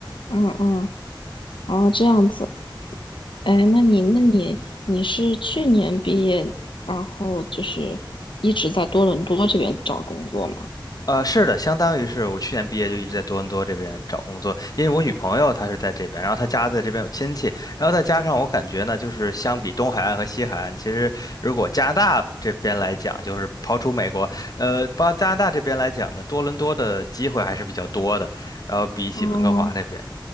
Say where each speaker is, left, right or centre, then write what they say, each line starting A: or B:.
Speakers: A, on the left (about 75°); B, on the left (about 50°).
A: 嗯嗯，哦，这样子。哎，那你那你你是去年毕业，然后就是一直在多伦多这边找工作吗？
B: 呃，是的，相当于是我去年毕业就一直在多伦多这边找工作，因为我女朋友她是在这边，然后她家在这边有亲戚，然后再加上我感觉呢，就是相比东海岸和西海岸，其实如果加拿大这边来讲，就是刨除美国，呃，包加拿大这边来讲呢，多伦多的机会还是比较多的，然后比起温哥华那边，
A: 哦